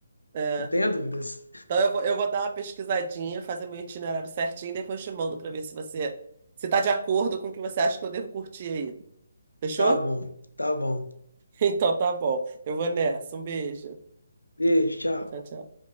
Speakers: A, on the right; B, on the left.
A: É.
B: Não tenha dúvidas.
A: Então eu vou, eu vou dar uma pesquisadinha, fazer meu itinerário certinho e depois te mando para ver se você se tá de acordo com o que você acha que eu devo curtir aí. Fechou?
B: Tá bom,
A: <laughs>
B: tá bom.
A: Então tá bom. Eu vou nessa. Um beijo.
B: Beijo, tchau.
A: Tchau, tchau.